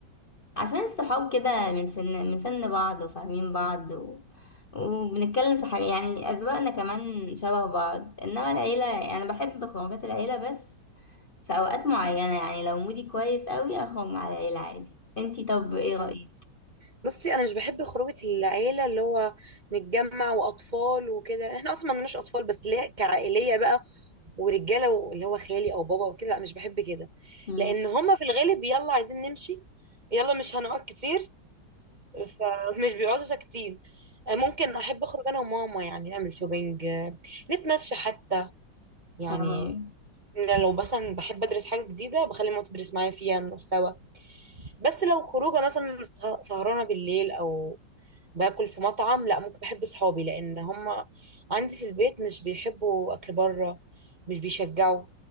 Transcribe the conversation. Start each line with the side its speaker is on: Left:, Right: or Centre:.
Left: عشان الصحاب كده من سن من سن بعض وفاهمين بعض و... وبنتكلم في حاجه يعني اذواقنا كمان شبه بعض انما العيله يعني انا بحب خروجات العيله بس في اوقات معينه يعني لو مودي كويس قوي اخرج مع العيله عادي انتي طب ايه رايك
Right: آه. بصي انا مش بحب خروجه العيله اللي هو نتجمع واطفال وكده احنا اصلا ما عندناش اطفال بس ليه كعائليه بقى ورجاله و- اللي هو خالي او بابا وكده لا مش بحب كده
Left: مم.
Right: لان هما في الغالب يلا عايزين نمشي يلا مش هنقعد كتير فمش <laughs> بيقعدوا ساكتين آه، ممكن احب اخرج انا وماما يعني نعمل شوبينج نتمشى حتى يعني
Left: آه،
Right: إن لو مثلا بحب ادرس حاجه جديده بخلي ماما تدرس معايا فيها نروح سوا بس لو خروجه مثلا سه- سهرانه بالليل او باكل في مطعم لا ممكن بحب صحابي لان هم عندي في البيت مش بيحبوا اكل بره مش بيشجعوا